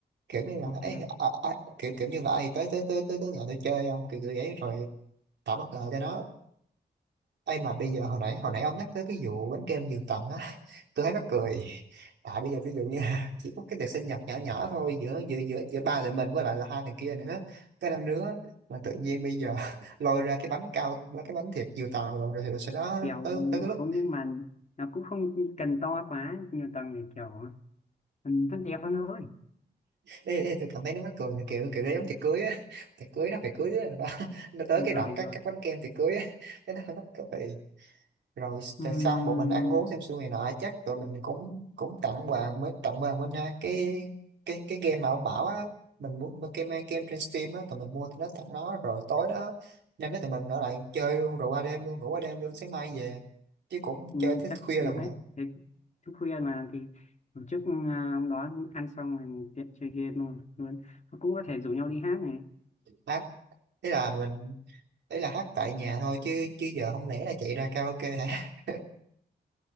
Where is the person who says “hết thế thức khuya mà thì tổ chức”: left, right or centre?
Left